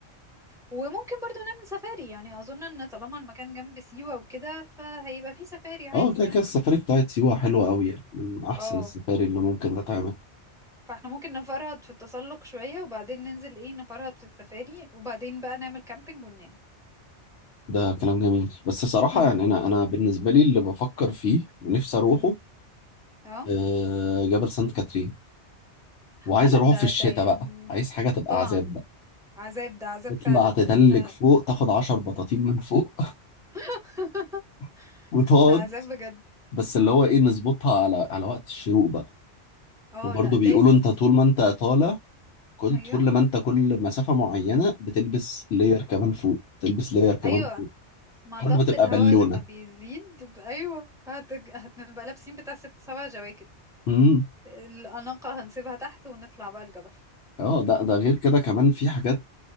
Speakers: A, in the centre; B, on the left.
A: وممكن برضو نعمل سفاري يعني اظن ان طالما المكان جنب سيوة وكده فهيبقى فيه سفاري عادي
B: اه كده
A: يعني
B: كده السفاري بتاعت سيوة حلوة قوي يعني من أحسن
A: اه
B: السفاري اللي ممكن تتعمل
A: فاحنا ممكن نفرهد في التسلق شوية وبعدين ننزل ايه نفرهد في السفاري وبعدين بقى نعمل كامبينج وننام
B: ده كلام جميل بس صراحة
A: <laughs>
B: يعني أنا أنا بالنسبة لي اللي بفكر فيه ونفسي أروحه
A: أمم، اه
B: آه، جبل سانت كاترين وعايز
A: اه لا
B: اروح
A: ده
B: في الشتاء
A: ده يعني
B: بقى عايز حاجه تبقى
A: طبعا
B: عذاب بقى
A: عذاب ده عذاب
B: تطلع
A: فعلا
B: تتلج
A: ده انت
B: فوق تاخد 10 بطاطين من فوق
A: <laughs>
B: <laughs> وتقعد
A: ده عذاب بجد
B: بس اللي هو ايه نظبطها على على وقت الشروق بقى
A: اه
B: وبرضه
A: لا لازم
B: بيقولوا انت طول ما انت طالع كل
A: ايوه
B: كل ما انت كل مسافه معينه بتلبس لاير
A: أمم.
B: كمان فوق تلبس لاير كمان
A: ايوه
B: فوق
A: مع
B: لحد
A: ضغط
B: ما تبقى
A: الهواء
B: بالونه
A: لما بيزيد ب- ايوه هت... هتبقى لابسين بتاع ست سبع جواكت
B: امم
A: الأناقة هنسيبها تحت ونطلع بقى الجبل
B: اه ده ده غير كده كمان في حاجات